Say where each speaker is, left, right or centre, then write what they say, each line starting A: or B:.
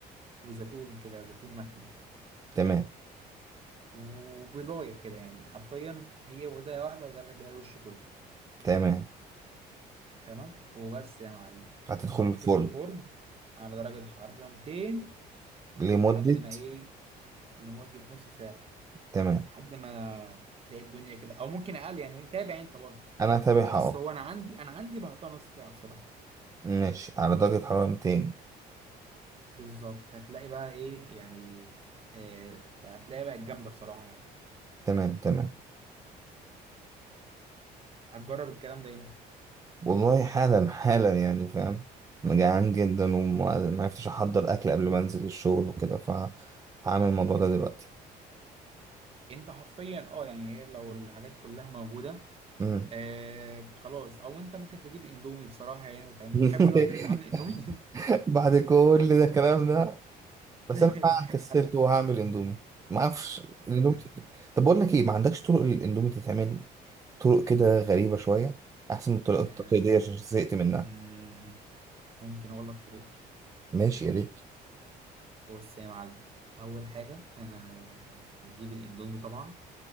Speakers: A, on the right; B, on the right.
A: وزيتون كده زيتون مخلي
B: تمام
A: وبيضايه كده يعني حرفيا هي بيضايه واحده غرق بيها الوش كله
B: تمام
A: تمام وبس يا معلم
B: هتدخل
A: حط
B: الفرن
A: في الفرن على درجه حراره 200
B: لمدة
A: لحد ما ايه لمده نص ساعه
B: تمام
A: لحد ما تلاقي الدنيا كده او ممكن اقل يعني تابع انت برضو
B: أنا هتابعها
A: بس
B: اه
A: هو انا عندي انا عندي بحطها نص ساعه بصراحه
B: ماشي على درجة حرارة 200
A: بالظبط هتلاقي بقى ايه يعني آه هتلاقي بقى الجامده بصراحه يعني
B: تمام تمام
A: هتجرب الكلام ده امتى؟
B: والله حالا حالا يعني فاهم أنا جعان جدا وما عرفتش أحضر أكل قبل ما أنزل الشغل وكده فهعمل الموضوع ده دلوقتي
A: انت حرفيا اه يعني هي لو الحاجات كلها موجوده
B: مم.
A: آه خلاص او انت ممكن تجيب اندومي بصراحه يعني وتعمل
B: <laughs>
A: بتحب اقول لك طريقه عامل اندومي
B: بعد كل ده الكلام ده بس
A: <laughs>
B: أنا فعلا كسلت
A: انا
B: وهعمل اندومي ما أعرفش
A: حاسك
B: الاندومي
A: هك-
B: تت- طب بقول لك إيه ما عندكش طرق للاندومي تتعمل طرق كده غريبة شوية أحسن من الطرق
A: آه
B: التقليدية عشان زهقت منها
A: مم، ممكن اقول لك طريقتي
B: ماشي يا ريت
A: بص يا معلم اول حاجه انا بجيب الاندومي طبعا